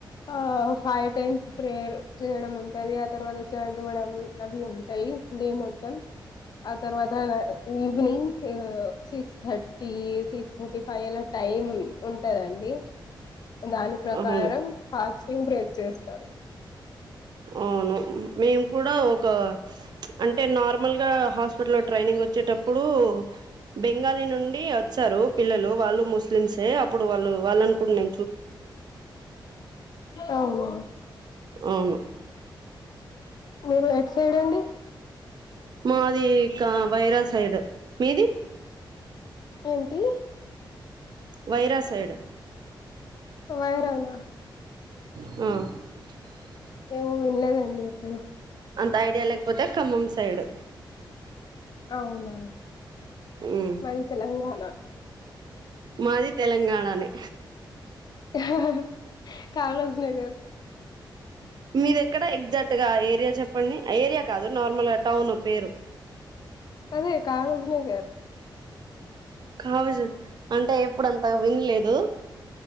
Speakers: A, on the left (about 55°); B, on the right (about 55°).
A: ఆ ఒ ఫై టైమ్స్ ప్రేయర్ చేయడం ఉంటది. ఆ తర్వాత చద్వడం అవి ఉంటయి డేమో ఉత్తం ఆ తర్వాత ఈవినింగ్ ఇగ్ six thirty six thirty five అలా టైం ఉంటదండి. దాని ప్రకారం
B: అవును
A: ఫాస్టింగ్ బ్రేక్ చేస్తారు.
B: ఔను మేమ్ కూడా ఒక అంటే నార్మల్ గా హాస్పిటల్ లో ట్రైనింగ్ ఒచ్చేటప్పుడు బెంగాలీ నుండి ఒ చ్చారు పిల్లలు వాళ్ళు ముస్లిమ్సే అప్పుడు వాళ్ళు వాళ్ళన్ కూడ నె
A: అవ్వును
B: ఔను
A: మీరు ఎట్ సైడ్ అండి
B: మాది ఇక వైరా సైడ్ మీద్
A: ఏంటీ
B: వైరాసైడ్
A: వైరానా
B: అ
A: ఏమో విన్లేదండి ఎప్పుడు
B: అంత ఐడియా లేక పోతే ఖమ్మం సైడు
A: అవునా
B: ఉమ్
A: మాది తెలంగాణ
B: మాది తెలంగాణనె
A: అహహహ కావాజ్ నగర్
B: మీదెక్కడ ఎగ్జాక్ట్ గా ఏరియా చెప్పండి ఏరియా కాదు నార్మల్ గా టౌను పేరు
A: అదే కావాజ్ నగర్
B: ఖావజ్ అంటే ఎప్పుడు అంత విన్లేదు